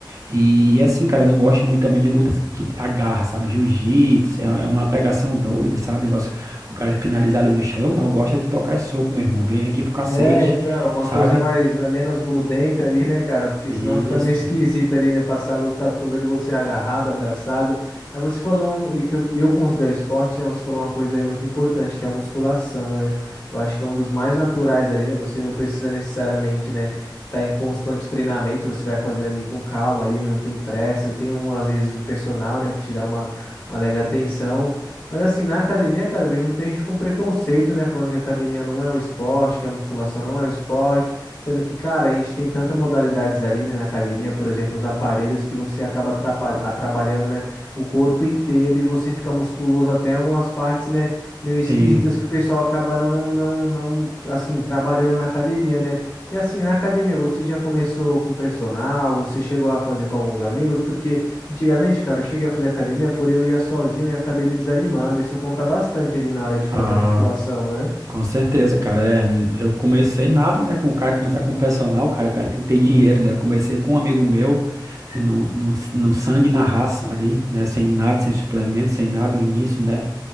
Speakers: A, on the right; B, on the left.
A: e, e assim, cara, eu não gosto muito também de lutas que agarra, sabe? Jiu-jitsu, é é uma pegação doida, sabe? Negócio, o cara finalizar ali no chão. Eu não, eu gosto é de trocar esse soco, meu irmão. Vem aqui pro cacete,
B: É, então, uma
A: sabe?
B: coisa mais, é menos grudenta ali, né, cara? Porque
A: Isso,
B: senão fica meio esquisito ali, né? Passar a luta toda ali, você agarrado, abraçado. Aí você falou, um- e que eu, eu considero esporte, né? Você falou uma coisa aí muito importante, que é a musculação, né? Eu acho que é um dos mais naturais ali, né? Você não precisa necessariamente, né, tá em constante treinamento, você vai fazendo ali com calma ali, não tem pressa. Tem um, às vezes o personal, né, que te dá uma, uma leve atenção. Mas assim, na academia, cara, eu vejo muita gente com preconceito, né? Falando que a academia não é o esporte, que a musculação não é o esporte. Sendo que, cara, a gente tem tantas modalidades ali, né, na academia, por exemplo, os aparelhos que você acaba atrapa- a- trabalhando, né, o corpo inteiro e você fica musculoso até em algumas partes, né, meio esquisitas
A: sim.
B: que o pessoal acaba não, não, não, assim, trabalhando na academia, né? E assim, na academia, você já começou com personal, você chegou a fazer com alguns amigos, porque. Antigamente, cara, eu cheguei a fazer academia, porém eu ia sozinho e acabei me desanimando. Isso conta bastante ali na hora de fazer
A: Ah,
B: a musculação, né?
A: com certeza, cara. É, n- eu comecei nada, né? Com o cara começar com o personal, cara, o cara tem que ter <laughs> dinheiro, né? Eu comecei com um amigo meu, eh, no, no, no sangue, e na raça ali, né? Sem nada, sem suplemento, sem nada, no início, né?